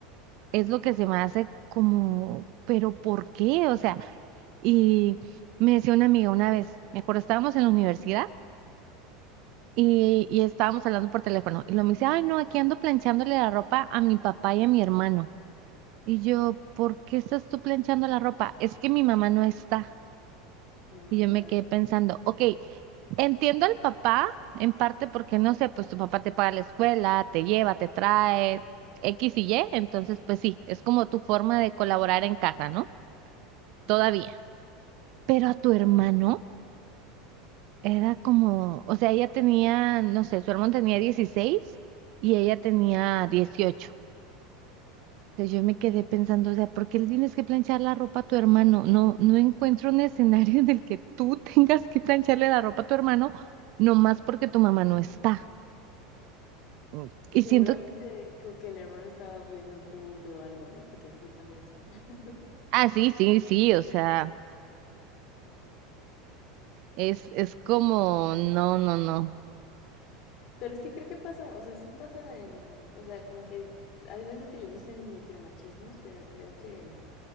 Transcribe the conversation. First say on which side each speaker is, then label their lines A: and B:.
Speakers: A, on the right; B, on the left.
A: es lo que se me hace como, pero ¿por qué? O sea, y me decía una amiga una vez, me acuerdo, estábamos en la universidad. Y, y estábamos hablando por teléfono. Y lo me dice, ay, no, aquí ando planchándole la ropa a mi papá y a mi hermano. Y yo, ¿por qué estás tú planchando la ropa? Es que mi mamá no está.
B: No,
A: Y yo
B: claro.
A: me quedé pensando, ok, entiendo al papá en parte porque no sé, pues tu papá te paga la escuela, te lleva, te trae X y Y, entonces pues sí, es como tu forma de colaborar en casa, ¿no? Todavía. Pero a tu hermano era como, o sea, ella tenía, no sé, su hermano tenía 16 y ella tenía 18. Entonces yo me quedé pensando, o sea, ¿por qué le tienes que planchar la ropa a tu hermano? No, no encuentro un escenario en el que tú <laughs> tengas que plancharle la ropa a tu hermano, nomás porque tu mamá no está. Mm.
B: Y
A: Y
B: seguramente
A: siento,
B: como que el hermano estaba viendo el fútbol o algo, ¿no? Porque así también son. <laughs>
A: ah, sí, sí, sí, o sea, es, es como,
B: Sí.
A: no, no, no.
B: Pero es que creo que pasa, o sea, sí pasa en, o sea, como que hay veces que les dicen micromachismos, pero creo que